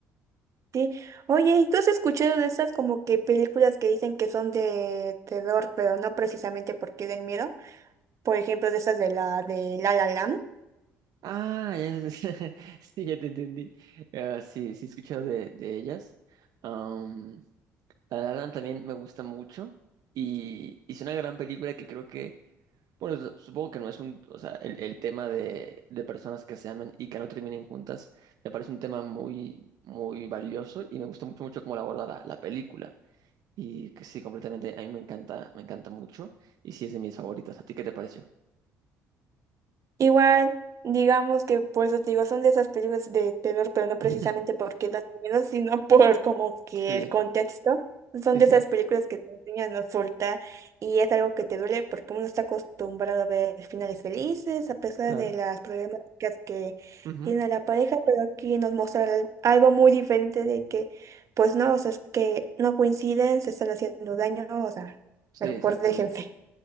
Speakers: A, on the right (about 50°); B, on the right (about 65°).
A: sí. Oye, ¿y tú has escuchado de esas como que películas que dicen que son de terror, pero no precisamente porque den miedo? Por ejemplo, de esas de la de La La Land.
B: Ah, ya, sé- <laughs> sí, ya te entendí. Ah, sí, sí, he escuchado de, de ellas. Am, La La Land también me gusta mucho y hizo una gran película que creo que Bueno, su- supongo que no es un, o sea, el, el tema de, de personas que se amen y que no terminen juntas, me parece un tema muy, muy valioso y me gusta mucho, mucho cómo lo aborda la, la película. Y que sí, completamente, a mí me encanta, me encanta mucho y sí es de mis favoritas. ¿A ti qué te pareció?
A: Igual, digamos que por eso te digo, son de esas películas de terror, pero no precisamente
B: <laughs>
A: porque dan miedo, sino por como que
B: Sí,
A: el contexto. Son
B: sí,
A: de
B: sí,
A: esas películas que te enseñan a soltar y es algo que te duele porque uno está acostumbrado a ver finales felices a pesar
B: claro.
A: de las problemáticas que
B: Ujú,
A: tiene la pareja, pero aquí nos muestra al- algo muy diferente de que, pues no, o sea, es que no coinciden, se están haciendo daño, o sea,
B: Sí,
A: mejor
B: exactamente.
A: déjense.